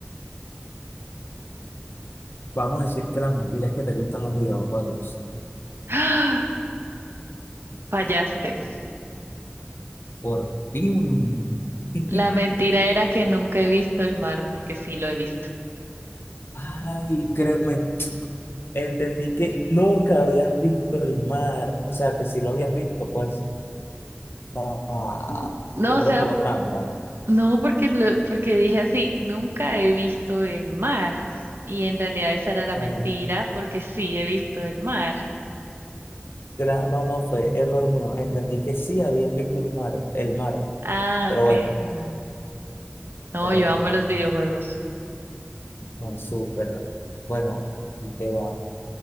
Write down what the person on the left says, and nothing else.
Vamos a decir que la mentira es que te gustan los videojuegos.
Por fin. <laughs>
Ay, creo, me entendí que nunca habías visto el mar. O sea, que si lo habías visto, pues. ah,
yo
creo
que hubo trampa.
Bueno,
Gra- No, no fue error mío. Entendí que sí habías visto el mar, el mar.
Pero
bueno,
pero
bueno,
a
ver,
no súper. Bueno, ahí te va